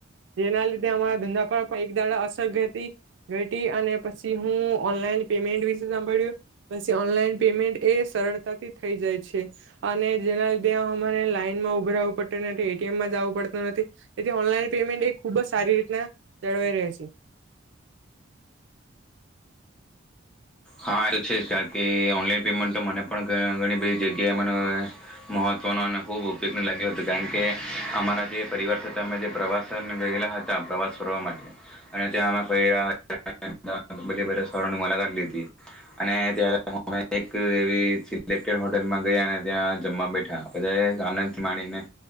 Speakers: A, on the right; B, in the centre.
A: જેના લીધે અમારા ધંધા પર પણ એક દાડા અસર ઘટી ઘટી અને પછી હું ઓનલાઈન પેમેન્ટ વિશે સાંભળ્યું પછી ઓનલાઈન પેમેન્ટ એ સરળતાથી થઈ જાય છે અને જેના લીધે અમારે લાઈનમાં ઉભા રેવું પડ તેનાથી એ ટી એમ મા જાવુ પડતું નથી એથી ઓનલાઈન પેમેન્ટ એ ખુબ સારી રીતના જળવાઈ રેહ છે.
B: હા એ તો છે જ કારણ કે ઓનલાઈન પેમેન્ટ તો મને પણ ઘ ઘણી બધી જગ્યાએ મને મહત્વનો અને ખૂબ ઉપયોગનું લાગ્યું હતું, કારણ કે અમારા જે પરિવાર છે તે અમે જે પ્રવાસ ને ગેયલા હતા પ્રવાસ ફરવા માટે અને ત્યાં અમે ફયરા <unintelligible> બ બધા સ્થળોની મુલાકાત લીધી. અને ત્યારે હ અમે એક એવી સિલેક્ટડ હોટેલમાં ગયા અને ત્યાં જમવા બેઠા, બધાએ આનંદથી માણીને